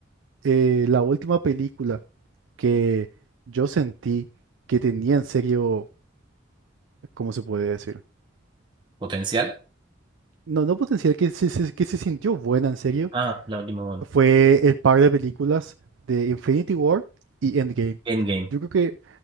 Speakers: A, on the right (about 75°); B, on the right (about 25°).
A: eh, la última película que yo sentí que tenía en serio, ¿cómo se puede decir?
B: Potencial.
A: No, no potencial, que se, se- que se sintió buena en serio,
B: Ah, la última, bueno.
A: fue el par de películas de Infinity War y Endgame.
B: Endgame,
A: Yo creo que